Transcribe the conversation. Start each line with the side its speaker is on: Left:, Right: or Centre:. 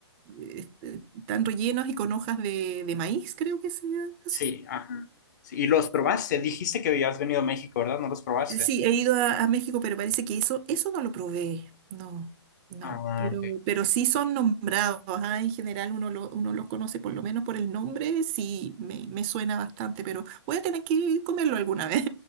Right: este, están rellenos y con hojas de, de maíz, creo que se
Left: Sí,
Right: hace.
Left: ajá. Sí, y los probaste, dijiste que habías venido a México, ¿verdad? ¿No los probaste?
Right: Sí, he ido a, a México, pero parece que eso, eso no lo probé. No, no.
Left: Ah,
Right: Pero,
Left: ok.
Right: pero sí son nombrados. ah, En general uno, lo, uno los conoce por lo menos por el nombre. Sí, me, me suena bastante, pero voy a tener que comerlo alguna <laughs> vez.